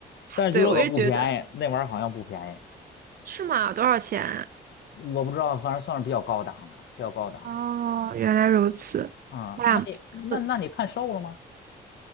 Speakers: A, on the left (about 65°); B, on the right (about 50°).
A: 但是据说可不便宜，
B: 对，我也觉得
A: 那玩意儿好像不便宜，
B: 是吗？多少钱？
A: 我不知道，反正算是比较高档的，比较高档的。
B: 哦，原来如此。
A: 啊，
B: 那
A: 那你那那你看瘦了吗？
B: 我